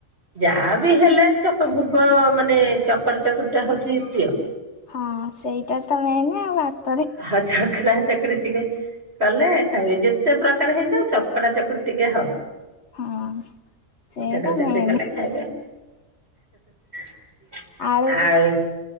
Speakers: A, on the right; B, on the left.
A: ଯାହା ବିି ହେଲେ <unintelligible> ମାନେ ଚକଡା ଚକଡି ଟା ହଉଛି ପ୍ରିୟ।
B: ହଁ ସେଇଟା ତ ମେନ ଆଉ ଭା
A: <unintelligible> ଚକୁଡା ଟିକେ କଲେ ଖାଇବେ ଯେତେ ପ୍ରକାର ହେଇଥାଉ ଚକଡ଼ା ଚକୁ ଟିକେ ହବ।
B: ହଁ ସେଇଟା
A: ଚକଡା ଚକଡି
B: ମେନେ।
A: କଲେ ଖାଇବେ <unintelligible>
B: ଆଳୁ
A: ଆଉ